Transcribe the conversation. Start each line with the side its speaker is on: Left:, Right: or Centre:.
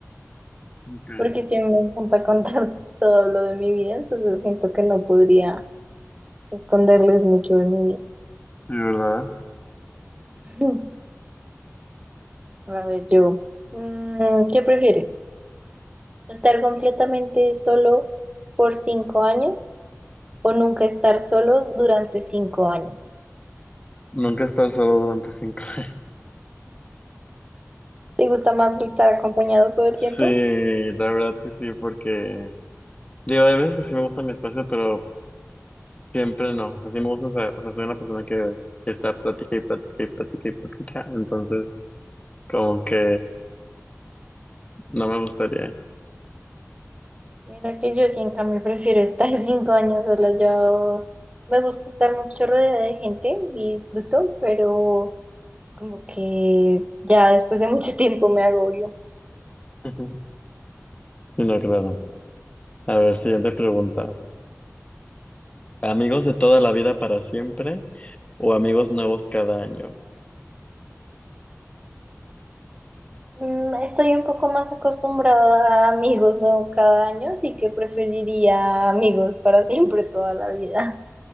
Left: Ok, sí,
Right: porque si me encanta contar <laughs> todo lo de mi vida, entonces siento que no podría esconderles mucho de mi vida.
Left: ¿verdad?
Right: <laughs> A ver, yo, Mm, ¿qué prefieres? ¿Estar completamente solo por cinco años o nunca estar solo durante cinco años.
Left: Nunca estar solo durante cinco <laughs> años.
Right: ¿Te gusta más estar acompañado todo el tiempo?
Left: Sí, la verdad que sí, porque digo, hay veces que sí me gusta mi espacio, pero siempre no. O sea, sí me gusta, o sea, o sea, soy una persona que está plática y plática y plática y plática, entonces... Como que no me gustaría.
Right: Mira que yo sí, en cambio, prefiero estar <laughs> cinco años sola. Yo me gusta estar mucho rodeada de gente y disfruto, pero como que ya después de mucho tiempo me agobio.
Left: Ujú. No, claro. A ver, siguiente pregunta. ¿Amigos de toda la vida para siempre o amigos nuevos cada año?
Right: Mm, Estoy un poco más acostumbrada a amigos nuevos cada año, así que preferiría amigos para <laughs> siempre toda la vida.